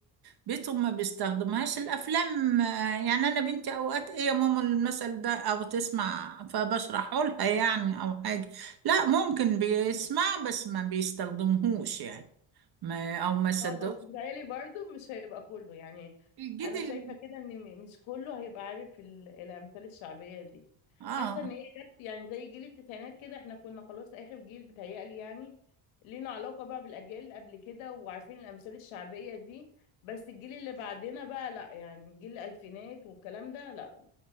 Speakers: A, on the right; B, on the left.
A: بيتهم ما بيستخدمهاش الأفلام آه يعني أنا بنتي أوقات إيه يا ماما المثل ده أو تسمع فبشرحه لها يعني أو حاجة لا ممكن بيسمعه بس ما بيستخدمهوش يعني ما أو ما صدقوش
B: اه بس بتهيألي برضو مش هيبقى كله يعني
A: الجيل
B: انا
A: ال-
B: شايفه كده ان م- مش كله هيبقى عارف ال- الامثال الشعبيه دي
A: آه
B: حاسه ان هي جت يعني زي جيل التسعينات كده احنا كنا خلاص اخر جيل بتهيألي يعني لينا علاقه بقى بالاجيال اللي قبل كده وعارفين الامثال الشعبيه دي بس الجيل اللي بعدنا بقى لا يعني جيل الالفينات والكلام ده لا